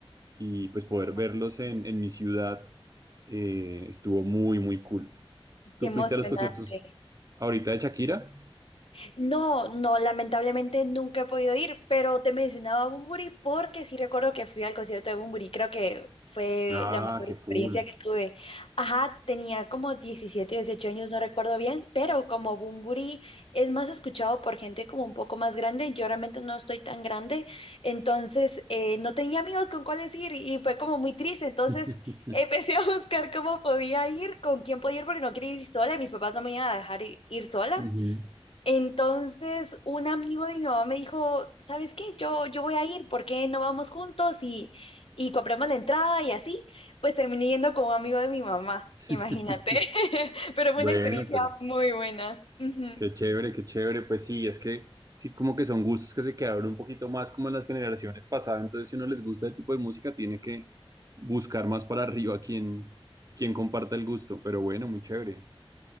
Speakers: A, on the right; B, on the left.
A: y pues poder
B: Ya.
A: verlos en, en mi ciudad eh, estuvo muy, muy cool.
B: qué
A: ¿Tú
B: emocionante.
A: fuiste a los conciertos ahorita de Shakira?
B: No, no, lamentablemente nunca he podido ir, pero te mencionaba a Bunbury porque sí recuerdo que fui al concierto de Bunbury, creo que fue
A: Ah,
B: la mejor
A: qué
B: experiencia
A: cool.
B: que tuve. Ajá, tenía como 17, 18 años, no recuerdo bien, pero como Bunbury es más escuchado por gente como un poco más grande, yo realmente no estoy tan grande, entonces eh, no tenía amigos con cuáles ir y fue como muy triste, entonces
A: <laughs>
B: <laughs> empecé a buscar cómo podía ir, con quién podía ir, porque no quería ir sola y mis papás no me iban a dejar i- ir sola.
A: Ujú.
B: Entonces, un amigo de mi mamá me dijo, ¿sabes qué? Yo, yo voy a ir, ¿por qué no vamos juntos y, y compramos la entrada y así? Pues terminé yendo con un amigo de mi mamá,
A: <laughs>
B: imagínate. <laughs> Pero fue
A: Bueno,
B: una experiencia
A: pero
B: muy buena. Ujú.
A: qué chévere, qué chévere. Pues sí, es que sí, como que son gustos que se quedaron un poquito más como en las generaciones pasadas. Entonces, si uno les gusta ese tipo de música, tiene que buscar más para arriba quien, quien comparta el gusto. Pero bueno, muy chévere.